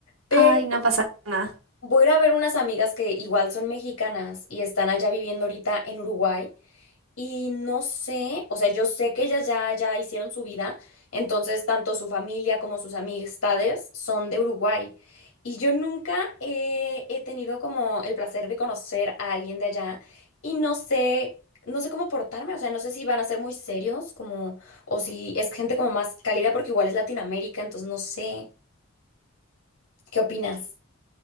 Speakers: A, on the left; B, on the right.
A: pero
B: Ay, no pasa nada.
A: voy a ir a ver unas amigas que igual son mexicanas y están allá viviendo ahorita en Uruguay. Y no sé, o sea, yo sé que ellas ya, ya hicieron su vida, entonces tanto su familia como sus amistades son de Uruguay. Y yo nunca eh, he tenido como el placer de conocer a alguien de allá y no sé, no sé cómo portarme, o sea, no sé si van a ser muy serios como, o si es gente como más cálida porque igual es Latinoamérica, entonces no sé, ¿qué opinas?